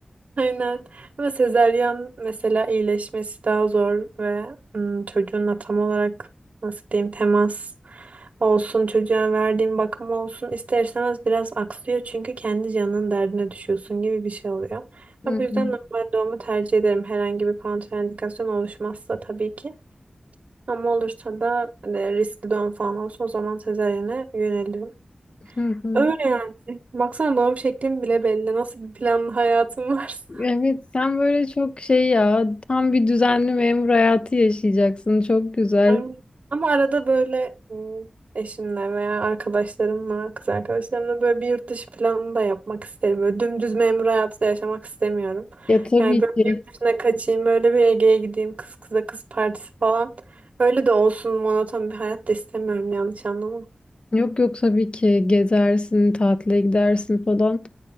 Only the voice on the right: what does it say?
Aynen. Ama sezeryan mesela iyileşmesi daha zor ve ım, çocuğunla tam olarak nasıl diyeyim temas olsun, çocuğa verdiğin bakım olsun ister istemez biraz aksıyor çünkü kendi canının derdine düşüyorsun gibi bir şey oluyor.
Ya bu yüzden
normal doğumu tercih ederim. Herhangi bir kontraindikasyon oluşmazsa tabii ki. Ama olursa da e, riskli doğum falan olsa o zaman sezaryene yönelirim.
Öyle yani. Baksana doğum şeklim bile belli. Nasıl bir planlı hayatım varsa.
Ama ama arada böyle ım, eşimle veya arkadaşlarımla, kız arkadaşlarımla böyle bir yurt dışı planı da yapmak isterim. Böyle dümdüz memur hayatı da yaşamak istemiyorum.
Yani böyle
bir yurt dışına kaçayım, böyle bir Ege'ye gideyim, kız kıza kız partisi falan. Öyle de olsun monoton bir hayat da istemiyorum yanlış anlama.